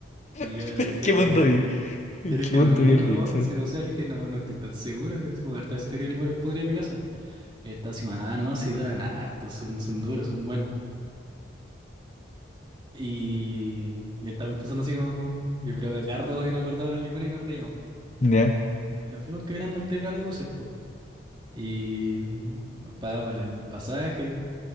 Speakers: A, on the right (about 25°); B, on the left (about 35°).
A: Y
B: <laughs>
A: yo le dije
B: ¿Qué
A: como,
B: mundo vi? ¿Qué
A: yo le dije,
B: mundo
A: no,
B: vi el
A: no,
B: Dixon?
A: sí, o sea, le dije, no, no estoy tan seguro, es como harta ese tenido limones podría en mi casa. Y él estaba así, ah, no, sí duran harto, son, son duros, son buenos. Y yo estaba empezando así como, y pero acá rato que no acordaba los limones y nos reíamos.
B: Ya.
A: Y nos fuimos caminando al terminal de buses, pues. Y pagamos la- el pasaje,